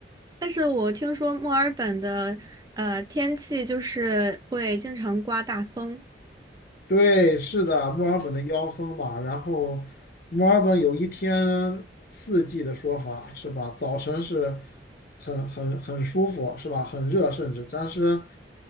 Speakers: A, on the right (about 20°); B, on the left (about 55°).
A: 但是我听说墨尔本的呃天气就是会经常刮大风，
B: 对，是的，墨尔本的妖风吧。然后，墨尔本有一天四季的说法是吧？早晨是很很很舒服是吧？很热，甚至但是